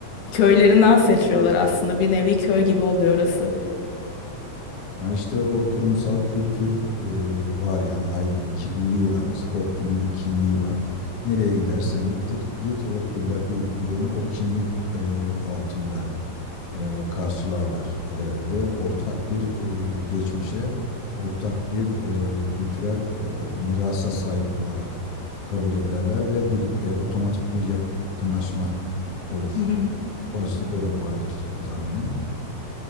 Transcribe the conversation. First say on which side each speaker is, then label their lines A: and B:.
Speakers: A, on the left; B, on the left.
A: köylerinden seçiyorlar aslında. Bir nevi köy gibi oluyor orası.
B: Ha işte o kurumsal kültür e, var yani ay bir kimliği var mesela ODTÜ'nün bir kimliği var. Nereye gidersen gittir git ODTÜ'lüler birbirlerini o kimlik e, altında e, karşılarlar E, ve ortak bir e, geçmişe ortak bir e, kültürel e, mirasa sahip olarak kabul ederler ve bir e, otomatik bir yakınlaşma olur.
A: Hı hı.
B: Bu de vardır tahminim.